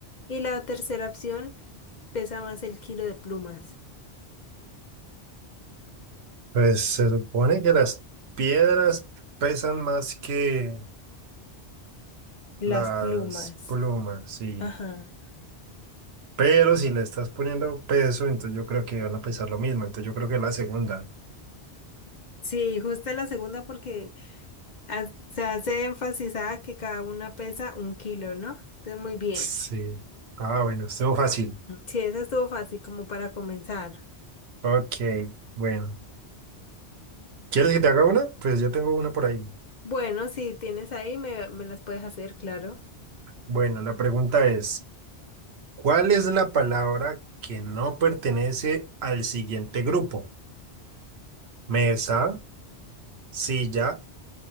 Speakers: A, on the left; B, on the right.
A: Y la tercera opción, pesa más el kilo de plumas.
B: pues se supone que las piedras pesan más que
A: Las
B: las
A: plumas.
B: plumas, sí.
A: Ajá.
B: Pero si le estás poniendo peso, entonces yo creo que van a pesar lo mismo, entonces yo creo que la segunda.
A: Sí, justo la segunda porque ha- se hace énfasis a que cada una pesa un kilo, ¿no? Entonces, muy bien.
B: Sí. Ah, bueno, estuvo fácil.
A: Sí, esa estuvo fácil como para comenzar.
B: Ok, bueno. ¿Quieres que te haga una? Pues yo tengo una por ahí.
A: Bueno, si tienes ahí, me, me las puedes hacer, claro.
B: Bueno, la pregunta es... ¿Cuál es la palabra que no pertenece al siguiente grupo? Mesa, silla,